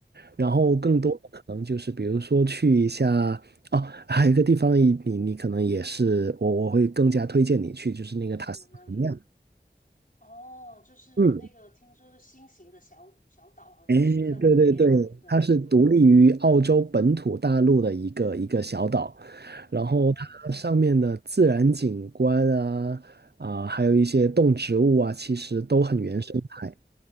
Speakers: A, on the right (about 65°); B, on the left (about 50°).
A: 然后更多的可能就是比如说去一下哦，
B: 嗯
A: 还有一个地方你你你可能也是我我会更加推荐你去，就是那个塔斯马尼亚。
B: 嗯，哪里？哦，就是那个，
A: 嗯，
B: 听说是新型的小小岛，好像是不是在南边那里？
A: 哎，对对对，
B: 对，
A: 它是独立于澳洲本土大陆的一个一个小岛，
B: 嗯
A: 然后它上面的自然景观啊啊、
B: 哦，
A: 还有一些动植物啊，其实都很原生态，
B: 嗯，